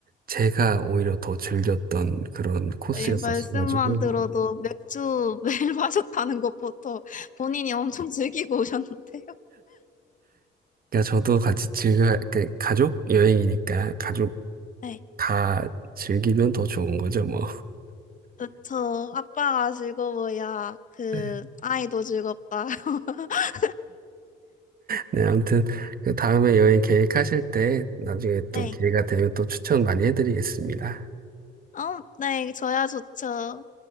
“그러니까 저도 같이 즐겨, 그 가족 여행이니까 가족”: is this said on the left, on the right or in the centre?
Right